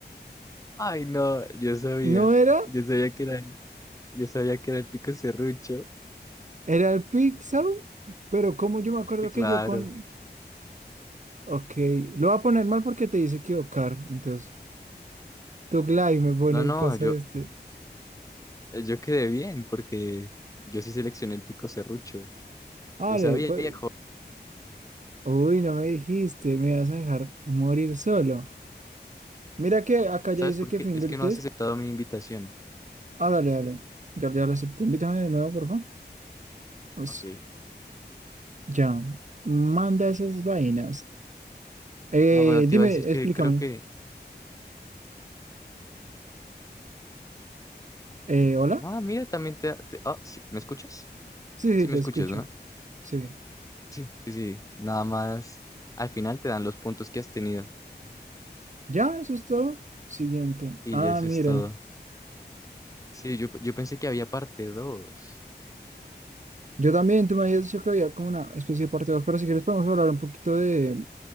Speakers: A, on the left; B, on the right.
A: Ay, no, yo sabía.
B: ¿No era?
A: Yo sabía que era, el- yo sabía que era el pico serrucho.
B: Era el pixau, pero como yo me acuerdo
A: Sí, claro.
B: que yo con. Ok, lo voy a poner mal porque te dice equivocar. Entonces, tu Glaive me pone
A: No, no,
B: el coso
A: yo,
B: este.
A: eh, yo quedé bien porque yo sí seleccioné el pico serrucho.
B: Vale,
A: Yo sabía,
B: pues.
A: viejo.
B: Uy, no me dijiste, me vas a dejar morir solo. Mira que acá
A: ¿Sabes
B: ya dice
A: por
B: que
A: qué?
B: fin
A: Es
B: del
A: que no has
B: test.
A: aceptado mi invitación.
B: Ah, dale, dale. Ya, ya lo acepté. Invítame de nuevo, por favor. Pues
A: Ok.
B: ya. Manda esas vainas. Eh,
A: Ah, bueno, te
B: dime,
A: iba a decir que
B: explícame.
A: creo que...
B: Eh, ¿hola?
A: Ah, mira, también te... te- Ah, sí, ¿me escuchas?
B: Sí, sí,
A: Sí, me
B: te
A: escuchas,
B: escucho.
A: ¿no?
B: Sí.
A: Sí, sí, sí. Nada más. Al final te dan los puntos que has tenido.
B: Ya, eso es todo. Siguiente.
A: Y
B: Ah,
A: ya eso
B: mira.
A: es todo. Sí, yo, yo pensé que había parte dos
B: Yo también, tú me habías dicho que había como una especie de parte 2, pero si quieres podemos hablar un poquito de